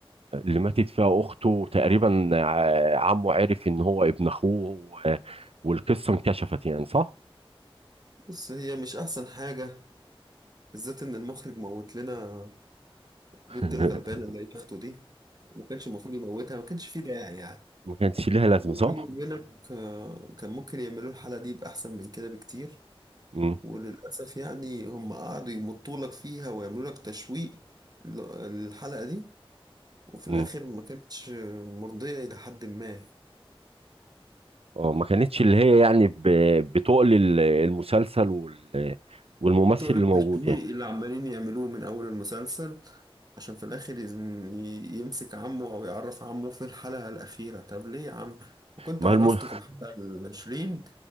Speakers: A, on the right (about 80°); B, on the right (about 40°).
A: اللي ماتت فيها أخته تقريبا آه، عمه عرف ان هو ابن اخوه آه، والقصة انكشفت يعني صح؟
B: بس هي مش احسن حاجة بالذات ان المخرج موت لنا
A: <laughs>
B: بنت الغلبانة اللي هي اخته دي ما كانش المفروض يموتها ما كانش فيه داعي يعني
A: ما كانش ليها لازمة
B: وبيني
A: صح؟
B: وبينك آه، كان ممكن يعملوا الحلقة دي بأحسن من كده بكتير
A: مم.
B: وللأسف يعني هم قعدوا يمطوا لك فيها ويعملوا لك تشويق ل- الحلقة دي وفي
A: مم.
B: الآخر ما كانتش مرضية إلى حد ما
A: اه ما كانتش اللي هي يعني ب- بتقل ال- المسلسل وال- والممثل
B: بتقلب
A: اللي موجود
B: تشويق
A: يعني
B: اللي عمالين يعملوه من أول المسلسل عشان في الآخر يز- ي- يمسك عمه أو يعرف عمه في الحلقة الأخيرة طب ليه يا عم وكنت
A: ما
B: عرفته
A: الم...
B: في الحلقة العشرين